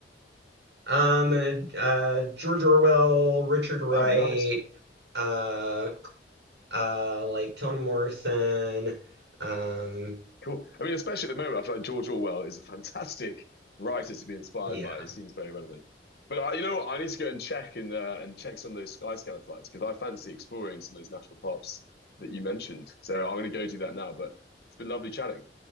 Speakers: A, on the right; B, on the left.
A: Um, uh, George Orwell, Richard Wright,
B: Oh, nice,
A: uh, uh, like Toni Morrison. Um,
B: cool. I mean, especially at the moment, I feel like George Orwell is a fantastic <laughs> writer to be inspired
A: yeah.
B: by. He seems very relevant. But uh, you know what? I need to go and check and uh, and check some of those Skyscanner flights because I fancy exploring some of those national parks that you mentioned. So I'm going to go do that now. But it's been lovely chatting.